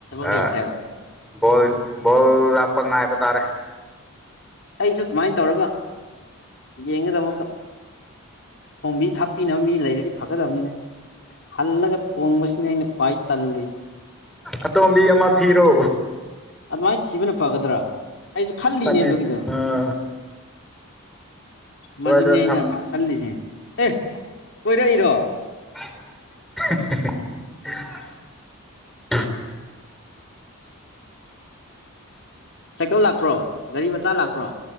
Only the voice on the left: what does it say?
ꯂꯩꯇ꯭ꯔꯦꯕ
ꯑꯩꯁꯨ ꯑꯗꯨꯃꯥꯏꯅ ꯇꯧꯔꯒ ꯌꯦꯡꯒꯗ ꯑꯃꯨꯛꯀ ꯊꯣꯡꯕꯤ ꯊꯥꯛꯄꯤꯅꯕ ꯃꯤ ꯂꯩꯔꯗꯤ ꯐꯒꯗꯕꯅꯤꯅꯦ ꯍꯜꯂꯒ ꯊꯣꯡꯕꯁꯤꯅꯦ ꯑꯩꯅ ꯈ꯭ꯋꯥꯏ ꯇꯜꯂꯤꯖ
ꯑꯗꯨꯃꯥꯏꯅ ꯊꯤꯕꯅ ꯐꯒꯗ꯭ꯔꯥ ꯑꯩꯖꯨ ꯈꯜꯂꯤꯅꯦ
ꯑꯗꯨꯒꯤꯗꯣ
ꯃꯗꯨꯅꯤ ꯑꯩꯅ
ꯁꯜꯂꯤꯁꯦ ꯑꯦ ꯀꯣꯏꯔꯛꯏꯔꯣ
<inaudible> ꯁꯥꯏꯀꯜ ꯂꯥꯛꯄ꯭ꯔꯣ ꯒꯥꯔꯤ ꯃꯆꯥ ꯂꯥꯛꯄ꯭ꯔꯣ